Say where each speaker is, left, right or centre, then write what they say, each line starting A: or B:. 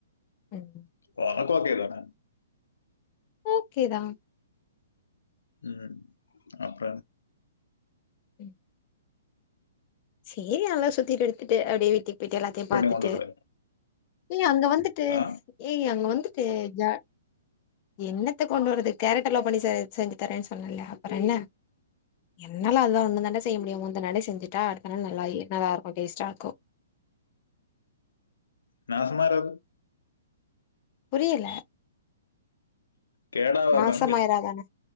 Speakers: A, on the left; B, on the left.
A: ம்
B: வா ஓகே தான
A: ஓ கே தான்
B: ம் அப்ற
A: ம் சேரி நல்லா சுத்திட்டு எடுத்துட்டு அப்டியே வீட்டுக் போயிட்டு எல்லாத்தையும் பாத்துட்டு
B: பண்ணி கொண்டு வருவேன்.
A: ஏய் அங்க வந்துட்டு
B: ஆ?
A: ஏய் அங்க வந்து து ஜா என்னத்தை கொண்டு வரது கேரட் அல்வா எல்லாம் பண்ணி சே செஞ்சு தரேன்னு சொன்னன்ல அப்ற என்ன என்னால அதுதான் ஒன்னு தாண்டா செய்ய முடியும் அந்த நாள் செஞ்சுட்டா தரேன் நல்லா இ நல்லாருக்கும் டேஸ்ட்டா இருக்கும்
B: நா சும்மாரு
A: புரியல
B: கேடா ஆவா
A: நாசமாயிராதானே
B: தான் கேட்டே